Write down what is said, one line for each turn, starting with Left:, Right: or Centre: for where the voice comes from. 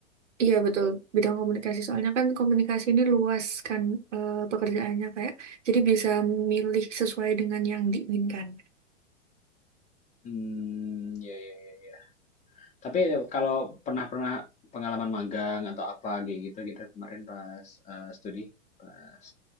Right: Iya betul bidang komunikasi soalnya kan komunikasi ini luas kan eh, pekerjaannya kayak jadi bisa milih sesuai dengan yang diinginkan.
Left: Hmm, ya, ya, ya, ya. Tapi kalau pernah pernah pengalaman magang atau apa kayak gitu gitu kemarin pas eh, studi, pas.